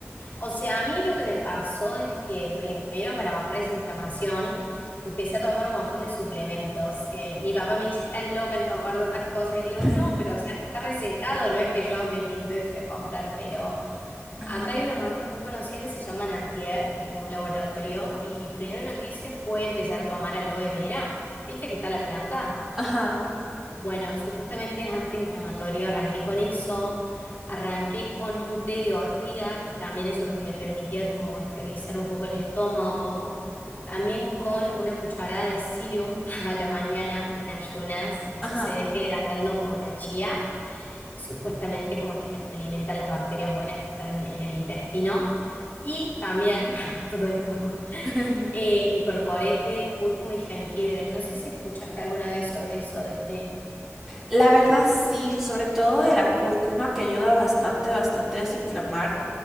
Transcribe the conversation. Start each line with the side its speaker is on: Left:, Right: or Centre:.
Left: o sea, a mí lo que me pasó es que primero para bajar esa inflamación empecé a tomar un montón de suplementos, que mi papá me dice, estás loca en tomar tantas cosas, y le digo,
Centre: <laughs>
Left: no, pero o sea, está recetado, no es que yo me pinto y fui a comprar, pero
Centre: Ajá,
Left: acá hay una marca muy conocida que se llama Natier, que es como un laboratorio, y primero lo que hice fue empezar a tomar aloe vera, ¿viste que está la planta?
Centre: ajá,
Left: Bueno, supuestamente es antiinflamatorio, arranqué con eso, arranqué con un té de ortiga, que también eso me permitía como estabilizar un poco el estómago, también con una cucharada de psyllium <laughs> a la mañana en ayunas, eso
Centre: ajá.
Left: se deja hidratando como la chía, y supuestamente como que alimenta las bacterias buenas que están en el intestino, y también, <laughs> todo esto,
Centre: <laughs>
Left: eh, incorporé té, de cúrcuma y jengibre, no sé si escuchaste alguna vez sobre eso del té.
Centre: La verdad sí, sobre todo de la cúrcuma que ayuda bastante, bastante a desinflamar.